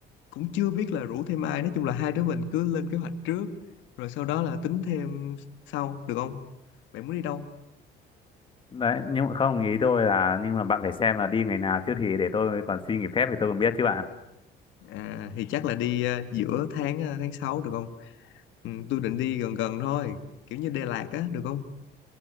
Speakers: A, on the left; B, on the left.
A: cũng chưa biết là rủ thêm ai, nói chung là hai đứa mình cứ lên kế hoạch trước, rồi sau đó là tính thêm sau, được không? Bạn muốn đi đâu?
B: Đấy, nhưng mà không ý tôi là nhưng mà bạn phải xem là đi ngày nào chứ thì để tôi còn xin nghỉ phép thì tôi còn biết chứ bạn.
A: À, thì chắc là đi ờ, giữa tháng ờ, tháng 6 được không? Ừ, tôi định đi gần gần thôi, kiểu như Đà Lạt á, được không?